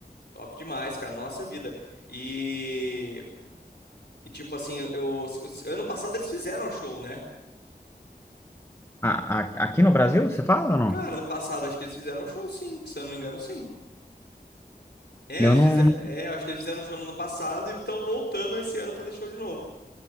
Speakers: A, on the left; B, on the left.
A: Top demais, cara. Nossa vida. E, e tipo assim, eu, eu- ano passado eles fizeram show, né?
B: A- a- aqui no Brasil, você fala ou não?
A: Cara, ano passado acho que eles fizeram show, sim. Se eu não me engano, sim. É,
B: Eu
A: eles
B: não.
A: fizeram. É, eu acho que eles fizeram show no ano passado e estão voltando esse ano fazer show de novo.